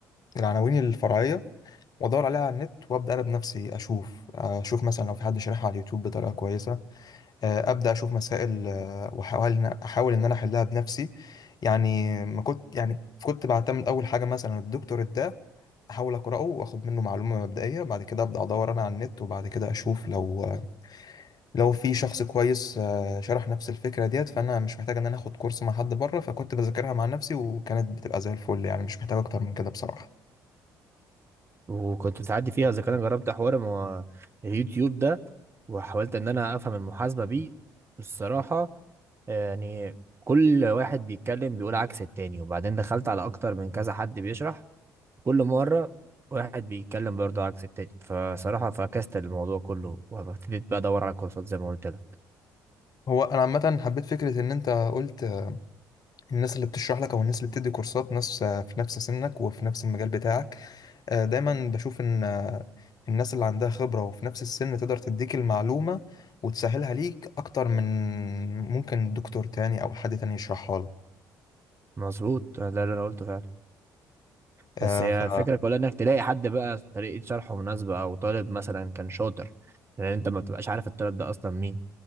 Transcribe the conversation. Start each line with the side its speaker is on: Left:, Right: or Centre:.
Left: العناوين الفرعيه وادور عليها على النت وابدا انا بنفسي اشوف آه، اشوف مثلا لو في حد شارحها على اليوتيوب بطريقه كويسه آه، ابدا اشوف مسائل آه، واحاول إن- احاول ان انا احلها بنفسي يعني ما كنت يعني كنت بعتمد اول حاجه مثلا الدكتور ده احاول اقراه واخد منه معلومه مبدئيه بعد كده ابدا ادور انا على النت وبعد كده اشوف لو لو في شخص كويس آه، شرح نفس الفكرة ديت فأنا مش محتاج إن أنا آخد كورس مع حد بره فكنت بذاكرها مع نفسي وكانت بتبقى زي الفل يعني مش محتاج أكتر من كده بصراحة
Right: وكنت تعدي فيها اذا كان أنا جربت حوار ما هو اليوتيوب ده وحاولت ان انا افهم المحاسبه بيه الصراحه يعني كل واحد بيتكلم بيقول عكس التاني وبعدين دخلت على اكتر من كذا حد بيشرح كل مرة واحد بيتكلم برضه عكس التاني فصراحة فكست الموضوع كله وابتديت بقى ادور على كورسات زي ما قلت لك
Left: هو أنا عامة حبيت فكرة إن أنت قلت آه، الناس اللي بتشرح لك أو الناس اللي بتدي كورسات ناس آه، في نفس سنك وفي نفس المجال بتاعك آه، دايما بشوف إن آه، الناس اللي عندها خبرة وفي نفس السن تقدر تديك المعلومة وتسهلها ليك أكتر من ممكن دكتور تاني أو حد تاني يشرحها
Right: مظبوط ده اللي انا قلته فعلا بس
Left: لك
Right: هي الفكرة كلها انك تلاقي حد بقى طريقة شرحه مناسبة او طالب مثلا كان شاطر لان انت ما بتبقاش عارف الطالب ده اصلا مين